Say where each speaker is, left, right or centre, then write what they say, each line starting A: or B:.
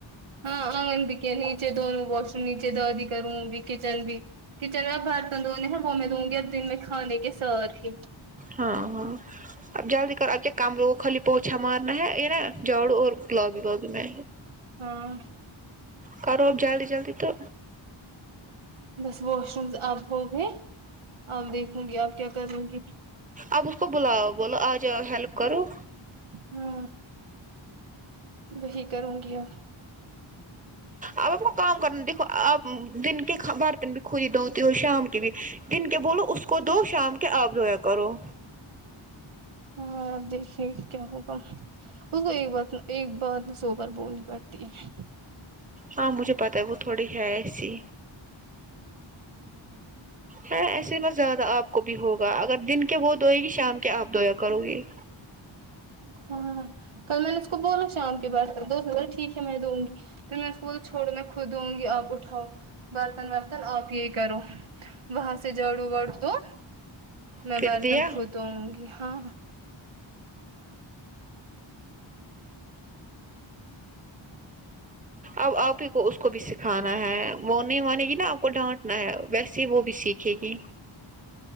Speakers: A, on the right; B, on the right.
A: ہاں آنگن بھی کیا نیچے دونوں واش روم نیچے دادی کروں بھی کچن بھی کچن میں اب برتن دھونے ہیں وہ میں دھوں گی اب دن میں کھانے کے ساتھ ہی
B: ہاں ہاں اب جلدی کرو اب کیا کامرو کو خالی پوچھا مارنا ہے یہ نا جاڑو اور گلابی گلابی میں
A: ہاں
B: کرو آپ جلدی جلدی تو
A: بس واش رومز اب ہو گئے اب دیکھوں گی آپ کیا کروں گی
B: آپ اس کو بلاؤ بولو آجاؤ ہیلپ کرو
A: ہوں وہی کروں گی ا
B: اب آپ کو کام کرنا دیکھو آپ دن کے برتن بھی کھودی دھوتی ہو شام کے بھی دن کے بولو اس کو دو شام کے آپ دھویا کرو
A: ہاں دیکھے کیا ہوگا اس کو ایک بات ایک بات سو بار بولنی پڑتی ہے
B: ہاں مجھے پتا ہے وہ تھوڑی ہے ایسی ہے ایسے بت زیادہ آپ کو بھی ہوگا اگر دن کے وہ دوئے گی شام کے آپ دویا کرو گی
A: ہاں کل میں نے اس کو بولا شام کے بعد دھو بولے ٹھیک ہے میں دوں گی پھر میں اس کو بول چھوڑو میں خود دوں گی آپ اٹھاؤ برتن ورتن آپ یہی کرو وہاں سے جاڑوں واڑوں دو میں
B: پھر
A: برتن
B: دیا
A: خود دھوں گی ہاں
B: اب آپ ہی کو اس کو بھی سکھانا ہے وہ نہیں مانے گی نا آپ کو ڈانٹنا ہے ویسے وہ بھی سیکھ ٹھیک ہے